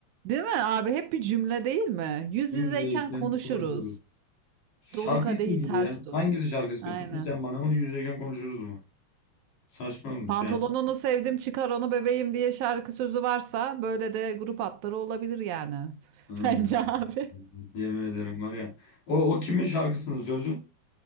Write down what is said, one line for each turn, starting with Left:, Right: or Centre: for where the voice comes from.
Right: Değil mi abi? Hep bir cümle değil mi? Yüz
Left: Yüz
Right: yüzeyken
Left: yüzeyken
Right: konuşuruz.
Left: konuşuruz. Şarkı
Right: Dolu kadehi
Left: ismi gibi
Right: ters
Left: ya.
Right: tut.
Left: Hangisi şarkı ismi?
Right: Aynen.
Left: Tutun sen bana mı yüz yüzeyken konuşuruz mu? Saçma olmuş
Right: Pantolonunu
Left: yani.
Right: sevdim çıkar onu bebeğim diye şarkı sözü varsa böyle de grup hatları olabilir yani. <laughs>
Left: Hmm.
Right: Bence abi.
Left: Yemin ederim var ya. O, o kimin şarkısının sözü?